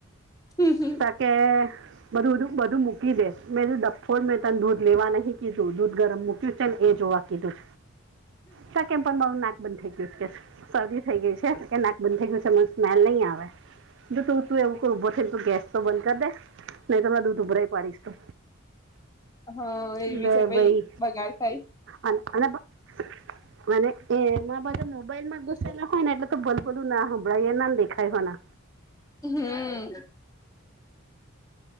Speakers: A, on the left (about 15°); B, on the right (about 55°).
A: હમ હમ
B: ત કે બધુંધું બધું મૂકી દે મેંું ડફોર મેં તને દૂધ લેવા નહીં કીધું દૂધ ગરમ મૂક્યું છે ને એ જોવા કીધું શ કેમ પણ મારું નાક બંધ થઈયું શરદી થઈ ગઈ છે કે નાક બંધ થઈ ગયું છે સ્મેલ નહી આવે જો તું તું એવું કર ઉઊભો થઈને તો ગેસ તો બંધ કરી દે નહી તને દૂધ ઉભરાય પાડીશ તો
A: હા એવી
B: બે
A: છે
B: ભાઈ
A: બગાડ થાય
B: અને અને મ એમાં બ મોબાઈલ માં ઘુસેેલા
A: હમ
B: હોય ને એટલે તો ભલ બલું ના હંભળાઈ ના દેખાય હોયને
A: હમ